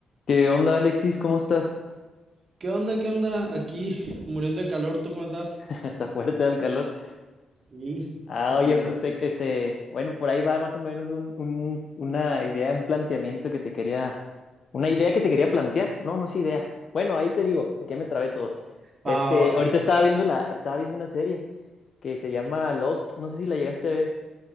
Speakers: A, on the left (about 55°); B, on the right (about 45°).
A: ¿Qué onda, Alexis? ¿Cómo estás?
B: ¿Qué onda? ¿Qué onda? Aquí <laughs> muriendo de calor, ¿tú cómo estás?
A: <laughs> Está fuerte el calor.
B: Sí,
A: Ah,
B: terrible.
A: oye, pues, te- este, bueno, por ahí va más o menos un, un- una idea, un planteamiento que te quería, una idea que te quería plantear. No, no es idea. Bueno, ahí te digo, porque ya me trabé todo. Este,
B: Ah,
A: ahorita estaba viendo la, estaba viendo una serie que se llama Lost. No sé si la llegaste a ver.